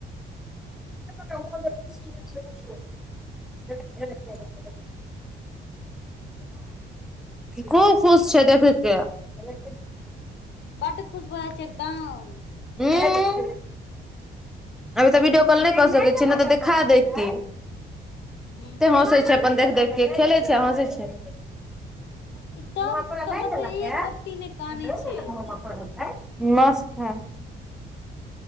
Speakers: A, in the centre; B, on the left.
A: <unintelligible>
B: अच्छा
A: खूब खुश छै देखैके <unintelligible>
B: बड्ड खुश भए जाय छै, एकदम!
A: एय। अभी तऽ वीडियो कॉल नहि कऽ सकैत छीय, नहि तऽ देखा देैती।
B: हूँ
A: कते
B: हूँ
A: हँसै
B: हूँ
A: छै, अपन देख के, खेलै छै, हँसै छै।
B: एकदम
A: बौआ कोरा नई
B: मतलब
A: लेलक
B: एक
A: या,
B: रत्ती नै कानै
A: परा
B: छै
A: नहि दे <unintelligible> मस्त है।